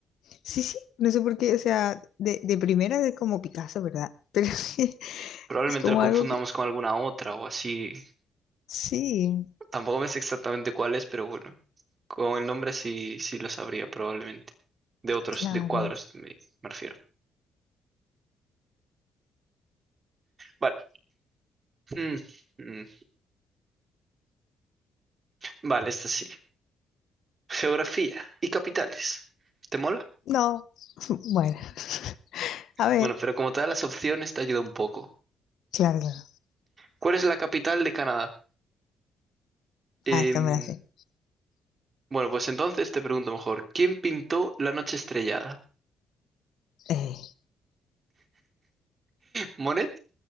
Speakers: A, on the left (about 75°); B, on the right (about 40°).
A: Sí, sí, no sé por qué, o sea, de, de primera es como Picasso, ¿verdad? Pero <laughs>
B: Probablemente
A: es como
B: lo confundamos
A: algo
B: con alguna otra o así.
A: Sí,
B: Tampoco me sé exactamente cuál es, pero bueno. Con el nombre sí, sí lo sabría probablemente. De otros
A: claro.
B: de cuadros me, me refiero. Vale. Mm, mm. Vale, esta sí. Geografía y capitales. ¿Te mola?
A: No, <laughs> bueno. <laughs> A ver,
B: Bueno, pero como te da las opciones te ayuda un poco.
A: claro, claro.
B: ¿Cuál es la capital de Canadá? Em,
A: Ah, esta me la sé.
B: Bueno, pues entonces te pregunto mejor, ¿quién pintó La noche estrellada?
A: Eh,
B: ¿Monet,